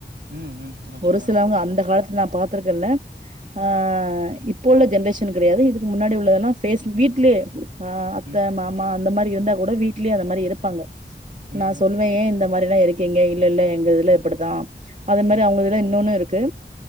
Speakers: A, on the right; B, on the right.
A: ம் ம் நிச்சயமா
B: ஒரு சிலவங்க அந்த காலத்து நா பாத்திருக்கலா ஆஹ் இப்போ உள்ள ஜென்ரேஷன் கிடையாது இதுக்கு முன்னாடி உள்ளதெல்லாம் பேஸ் வீட்டுலையே ஹ அத்த
A: ம்
B: மாமா இந்த மாரி இருந்தா கூட வீட்லயே அந்த மாரி இருப்பாங்க
A: ம்
B: நான்
A: ம்
B: சொல்லுவேன் ஏ இந்த யார் எல்லா இருக்கிங்க இல்ல இல்ல எங்க இதுல இப்டிதா அதே மாதிரி
A: ம்
B: அவங்க இல்ல இன்னொன்னு இருக்கு